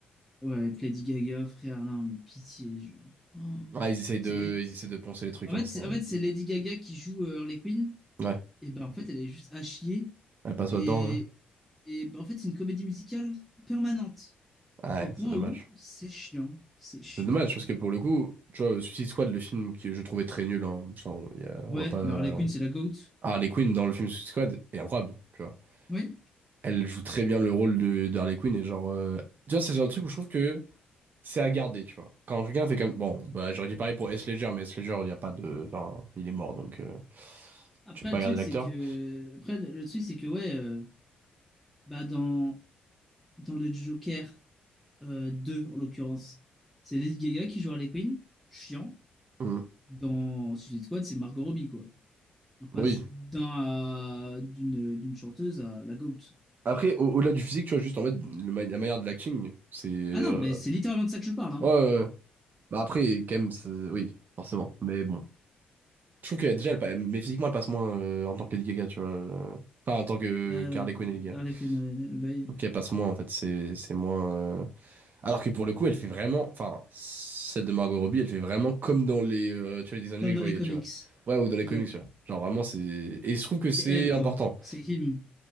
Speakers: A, in the centre; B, on the right (about 50°).
A: Ouais, avec Lady Gaga, frère, non, mais pitié, genre. Oh.
B: Ah, ils essayent de,
A: C'est-
B: ils essayent de poncer les trucs,
A: En
B: hein,
A: fait,
B: c'est-
A: c'est en fait, c'est Lady Gaga qui joue euh, Harley Quinn.
B: Ouais,
A: Et ben, en fait, elle est juste à chier.
B: elle passe
A: Et,
B: pas dedans, hein.
A: et ben, en fait, c'est une comédie musicale permanente.
B: Ouais,
A: Au point
B: c'est dommage.
A: où c'est chiant. C'est chiant.
B: C'est dommage parce que pour le coup, tu vois, Suicide Squad, le film que je trouvais très nul, hein, ça, on, y a- on
A: Ouais,
B: va pas.
A: mais Harley Quinn, c'est la GOAT.
B: Ah, Harley Quinn dans le film Suicide Squad est incroyable, tu vois.
A: Oui.
B: Elle joue très bien le rôle de, de Harley Quinn et genre. euh, Tu vois, c'est un truc où je trouve que c'est à garder, tu vois. Quand quelqu'un fait comme. Bon, bah, j'aurais dit pareil pour S. Ledger, mais S. Ledger, il y a pas de. Enfin, il est mort donc. euh,
A: Après,
B: Tu peux pas
A: le truc,
B: garder l'acteur.
A: c'est que. Après, le truc, c'est que, ouais. euh, Bah dans, dans le Joker euh, 2, en l'occurrence, c'est Lady Gaga qui joue Harley Quinn, chiant.
B: Mm.
A: Dans Suicide Squad, c'est Margot Robbie, quoi. On passe
B: Oui,
A: d'un à- d'une d'une chanteuse à la GOAT.
B: Après, au- au-delà du physique, tu vois, juste en fait, le ma- la manière de l'acting, c'est. euh,
A: Ah non, mais c'est littéralement de ça que je parle, hein.
B: ouais, ouais, ouais. Bah après, quand même, c'est- oui, forcément. Mais bon. Je trouve que déjà, elle, pa- mais physiquement, elle passe moins euh, en tant que Lady Gaga, tu vois. euh. Enfin, en tant que
A: Euh,
B: Harley Quinn et Lady Gaga.
A: Harley Quinn, euh, bah,
B: Je trouve qu'elle passe moins, en fait, c'est c'est moins. euh. Alors que pour le coup, elle fait vraiment. Enfin, celle de Margot Robbie, elle fait vraiment comme dans les, euh, tu vois, les dessins animés
A: comme
B: que
A: dans
B: je voyais,
A: les comics.
B: tu vois. Ouais, ou dans les
A: Ouais.
B: comics, tu vois. Genre vraiment, c'est. Et je trouve que
A: C'est
B: c'est
A: elle,
B: important.
A: quoi. C'est him.